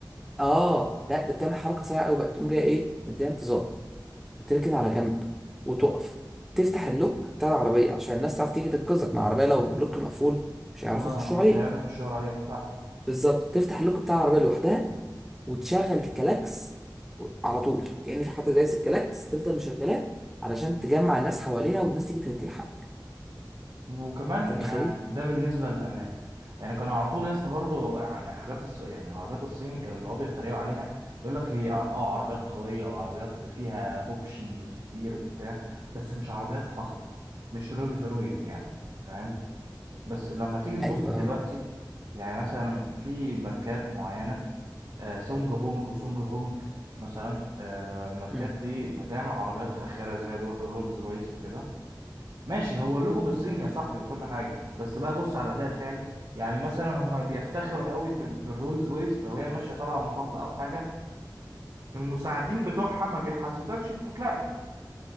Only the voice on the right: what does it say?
ومش
هياخد الشاور عليك صح
وكمان
يعني ده بالنسبه للامان يعني كان على طول يا اسطى برضه الحاجات الص... يعني العربيات الصيني كانوا بيقعدوا يتريقوا عليها يقول لك هي ع- اه عربيات قويه وعربيات فيها اوبشنز كتير وبتاع بس مش عربيات فخمه مش رولز رويز يعني فاهم بس لما تيجي تبص
دلوقتي يعني مثلا في ماركات معينة آه سونج بونج وسونج هونج مثلا آه الماركات
دي بتعمل عربيات فاخرة زي رو- رولز رويس وكده ماشي هو اللوجو بالصيني يا صاحبي وكل حاجة بس بقى بص على الأداء الفعلي يعني مثلا هم بيفتخروا قوي بال- بالرولز رويس لو هي ماشية طالعة مطب أو حاجة المساعدين بتوعها ما بيحسسكش إن أنت طلعت